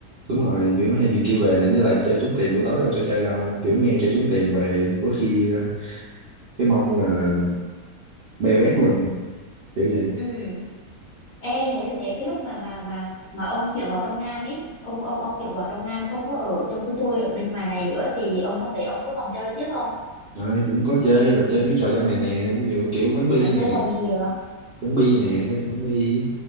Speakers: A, on the right; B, on the left.
A: đúng rồi kiểu hay bị kêu về này với lại chơi trốn tìm buổi tối đâu cho chơi đâu kiểu nghe chơi trốn tìm về có khi ờ, cái mông là be bét luôn kiểu vậy
B: ừ ê thế thế cái lúc mà mà mà mà ông chuyển vào trong Nam ấy ông ông ông chuyển vào trong Nam không có ở chung với tôi ở bên ngoài này nữa thì ông trong đấy ông có còn chơi tiếp không
A: Đấy, cũng có chơi rồi chơi mấy trò trong này nè ví dụ kiểu bắn bi
B: Ờ, chơi
A: nè
B: trò gì vậy
A: bắn bi nè có chơi bắn bi